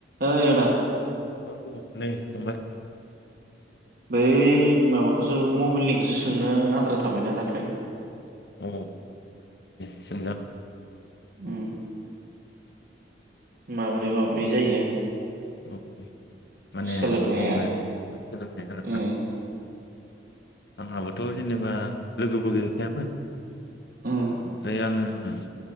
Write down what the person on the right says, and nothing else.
ओइ आदा
बै माबाखौसो मबिलनिखौसो सोंनो आद्रा थाबायना दाख्लै।
उम माब्रै माब्रै जायो।
सोलोंनाया
उम
उम